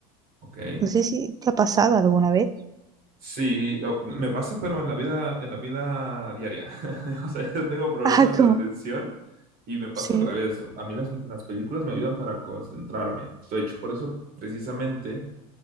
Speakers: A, on the right (about 50°); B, on the right (about 20°).
A: Ok.
B: No sé si te ha pasado alguna vez. <laughs>
A: Sí, o- me pasa, pero en la vida, en la vida diaria. <laughs> O sea, yo tengo problemas
B: Ah, como,
A: de atención y me pasa
B: sí,
A: al revés. A mí las, las películas me ayudan para concentrarme. De hecho, por eso precisamente